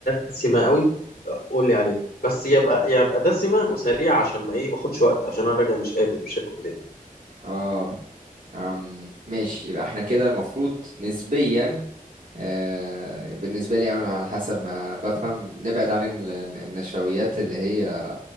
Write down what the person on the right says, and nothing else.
اه أم، ماشي يبقى احنا كده المفروض نسبيا آه، بالنسبة لي أنا على حسب ما بفهم نبعد عن ال- النشويات اللي هي